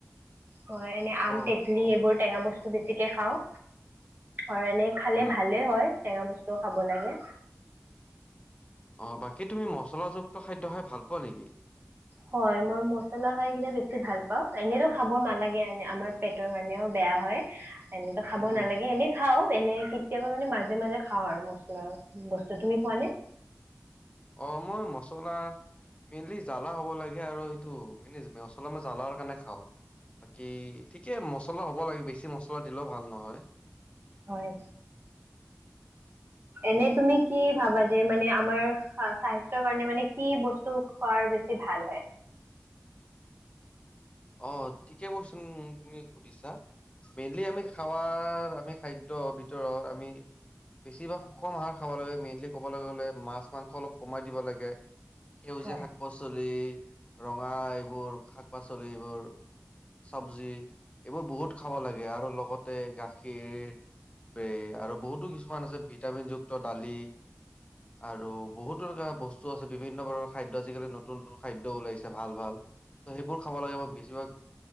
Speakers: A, on the right (about 45°); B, on the left (about 20°).
A: হয় এনে আম
B: অ',
A: তেতলি
B: অ',
A: এইবোৰ টেঙা বস্তু বেছিকে খাওঁ আৰু এনে খালে
B: অ',
A: ভালে হয় টেঙা বস্তুও খাব লাগে।
B: অ' বাকী তুমি মচলাযুক্ত খাদ্য খাই ভাল পোৱা নেকি?
A: হয় মই মছলা খাই কিনে বেছি ভাল পাওঁ এনেতো খাব নালাগে এনে আমাৰ পেটৰ কাৰণেও বেয়া হয়। এনেতো খাব
B: উম,
A: নালাগে এনে খাও এনে কেতিয়াবা মানে মাজে মাজে খাওঁ আৰু মছলা বস্তু তুমি খোৱা নে?
B: অ' মই মচলা মেইনলি জালা হ'ব লাগে আৰু সেইটো মানে মছলা মই জালাৰ কাৰণে খাওঁ। বাকী ঠিকে মছলা হ'ব লাগে, বেছি মছলা দিলেও ভাল নহয়।
A: হয়। এনে তুমি কি ভাবা যে মানে আমাৰ স্বাস্থ্যৰ কাৰণে মানে কি বস্তু টো খোৱাৰ বেছি ভাল হয়।
B: অ' ঠিকে কোৱেচন তুমি সুধিছা মেইনলি আমি খাৱাৰ আমি খাদ্য ভিতৰত আমি বেছিভাগ সুষম আহাৰ খাব লাগে মেইনলি কবলৈ গ'লে মাছ মাংস অলপ কমাই দিব লাগে। সেউজীয়া
A: হয়
B: শাক পাচলি ৰঙা এইবোৰ, শাক পাচলি এইবোৰ চবজি এইবোৰ বহুত খাব লাগে আৰু লগতে গাখীৰ বে আৰু বহুতো কিছুমান আছে ভিটামিন যুক্ত দালি। আৰু বহুতো এনেকুৱা বস্তু আছে বিভিন্ন বৰণৰ খাদ্য আজিকালি নতুন নতুন খাদ্য ওলাইছে ভাল ভাল। বোৰ খাব লাগে মই বেছিভাগ